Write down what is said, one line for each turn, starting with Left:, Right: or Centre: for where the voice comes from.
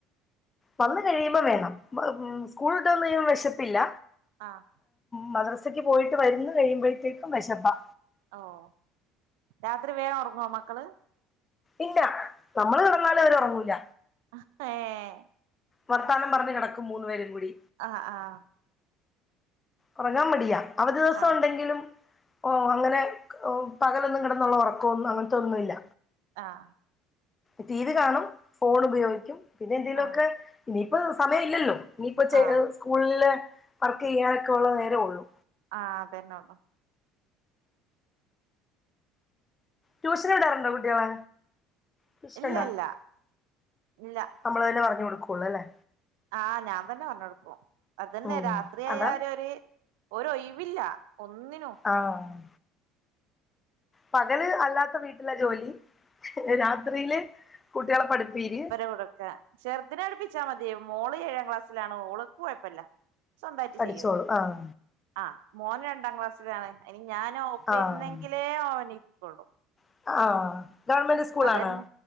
Left: വന്ന് കഴിയുമ്പോ വേണം ഏഹ് സ്കൂൾ വിട്ടു വന്നു കഴിയുമ്പോൾ വിശപ്പില്ല.
Right: ആഹ്
Left: മദ്രസക്ക് പോയിട്ട് വരുന്ന കഴിയുമ്പോഴത്തേക്കും വിശപ്പാ.
Right: ഓഹ് രാത്രി വേഗം ഉറങ്ങുവോ മക്കള്?
Left: ഇല്ല നമ്മള് കിടന്നാലും അവര് ഉറങ്ങൂല്ല.
Right: ആഹ് ഏഹ്
Left: വർത്താനം പറഞ്ഞു കിടക്കും മൂന്ന് പേരും കൂടി.
Right: ആഹ് ആഹ്
Left: ഉറങ്ങാൻ മടിയാ അവധി ദിവസം
Right: ആ
Left: ഉണ്ടെങ്കിലും. ഓഹ് അങ്ങനെ ഏഹ് പകലൊന്നും കിടന്നുള്ള ഉറക്കമൊന്നും അങ്ങനത്തെ ഒന്നുമല്ല.
Right: ആഹ്
Left: ടി വി കാണും, ഫോൺ ഉപയോഗിക്കും, പിന്നെ എന്തെലുമൊക്കെ
Right: ആ
Left: ഇനിയിപ്പം സമയം ഇല്ലല്ലോ. ഇനിയിപ്പോ ചെ
Right: ആ
Left: സ്കൂളില് വർക്ക് ചെയ്യാനൊക്കെ ഉള്ള നേരമേ ഉള്ളൂ.
Right: ആഹ് അതെന്നെ ഉള്ളൂ.
Left: ട്യൂഷൻ വിടാറുണ്ടോ കുട്ടികള് ട്യൂഷൻ
Right: ഇല്ല
Left: ഉണ്ടോ?
Right: ഇല്ല ഇല്ല
Left: നമ്മൾ തന്നെ പറഞ്ഞു കൊടുക്കുള്ളൂ അല്ലേ.
Right: ആഹ് ഞാൻ തന്നെ പറഞ്ഞു കൊടുക്കും, അതെന്നെ
Left: ഉം
Right: രാത്രിയായാൽ
Left: അതാ
Right: ഒരു. ഒരു ഒഴിവില്ല ഒന്നിനും.
Left: ആഹ് പകല് അല്ലാതെ വീട്ടില് ജോലി രാത്രിയില് കുട്ടികളെ പഠിപ്പീര്.
Right: കൊടുക്കാ ചെറുതിനെ പഠിപ്പിച്ചാൽ മതി മോള് ഏഴാം ക്ലാസ്സിലാണ് ഓൾക്ക് കുഴപ്പമില്ല. സ്വന്തമായിട്ട്
Left: പഠിച്ചോളൂ
Right: ചെയ്യും,
Left: ആഹ്
Right: ആഹ് മോന് രണ്ടാം ക്ലാസ്. അവൻ ഇനി ഞാൻ ഒപ്പം
Left: ആഹ്
Right: ഇരുന്നെങ്കിലേ അവന് ഇരിക്കൊള്ളൂ.
Left: ആഹ് ഗവൺമെന്റ് സ്കൂളാണോ
Right: അതെന്നെ